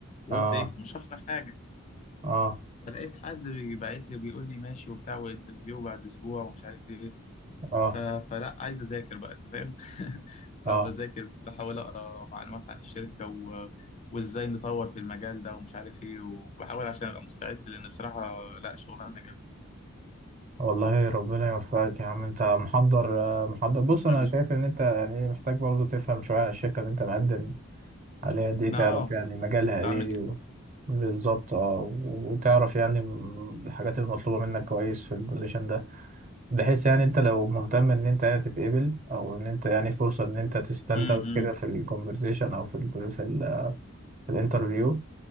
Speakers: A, on the left; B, on the right.
A: وقلت
B: اه
A: ايه مش هخسر حاجه
B: اه
A: فلقيت حد بيبعت لي وبيقول لي ماشي وبتاع وانترفيو بعد اسبوع ومش عارف ايه
B: اه
A: ف... فلا عايز اذاكر بقى انت فاهم <laughs>
B: اه
A: فبذاكر بحاول اقرا معلومات عن الشركه و... وازاي نطور في المجال ده ومش عارف ايه وبحاول عشان ابقى مستعد لان بصراحه لا شغلانه جامده
B: والله ربنا يوفقك يا عم انت محضر آه، محضر بص انا
A: حبيبي
B: شايف ان انت يعني ايه محتاج برضه تفهم شويه عن الشركه اللي انت مقدم عليها دي تعرف
A: اه
B: يعني مجالها ايه
A: اعمل كده
B: و... بالظبط اه وتعرف يعني م- الحاجات المطلوبه منك كويس في البوزيشن ده بحيث يعني انت لو مهتم ان انت يعني تتقبل او ان انت يعني فرصه ان انت تستند
A: م- م.
B: اوت كده في الكونفرزيشن او في ال في ال- في الانترفيو